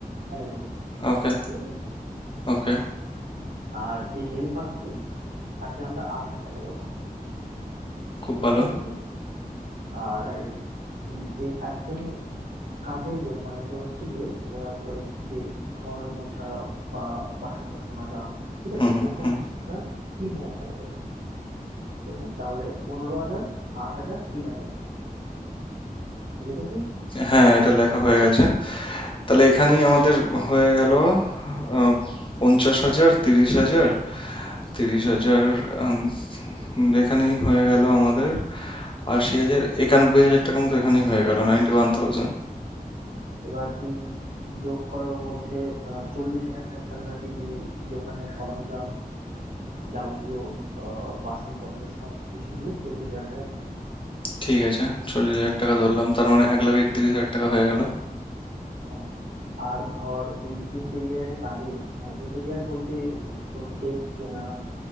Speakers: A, on the right; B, on the left.
A: স্যালারি দেবো
B: ওকে
A: বুঝতে পেরেছিস
B: ওকে
A: আর যে হেল্পার হবে তাকে আমরা আট হাজার টাকা দেবো
B: খুব
A: বুঝতে
B: ভালো
A: পারলি আর উম, যে একজন কাজের লোক মানে তোর হচ্ছে গিয়ে ধরে রাখ ওই যে ঘর মোছা বা বাসন কোসন মাজা ঠিক
B: হুম
A: আছে
B: হুম
A: ওকে
B: হুম
A: আমরা তিন হাজার টাকা দেবো ঠিক আছে তাহলে পনেরো হাজার আট হাজার তিন হাজার লিখেছিস
B: হ্যাঁ এটা লেখা হয়ে গেছে তাহলে এখানেই আমাদের
A: আচ্ছা
B: হয়ে গেল
A: এবার
B: আহ, পঞ্চাশ হাজার তিরিশ হাজার তিরিশ হাজার আম, এখানেই হয়ে গেল আমাদের আশি হাজার একানব্বই হাজার টাকার মতো এখানেই হয়ে গেল নাইনটি ওয়ান থাউজেন্ড
A: এবার তুই যোগ করার মধ্যে আহ, চল্লিশ হাজার টাকার কাছাকাছি তুই দোকানের সরঞ্জাম যাবতীয় আহ, বাসনপত্র সব কিছু মিলে চল্লিশ হাজার টাকা ধর।
B: ঠিক আছে চল্লিশ হাজার টাকা ধরলাম তার মানে এক লাখ একত্রিশ হাজার টাকা হয়ে গেল
A: হ্যাঁ আর ধর তুই ইন্টেরিয়ারের কাজে মানে ইন্টেরিয়ার বলতে উম, তোর ডেস্ক কেনা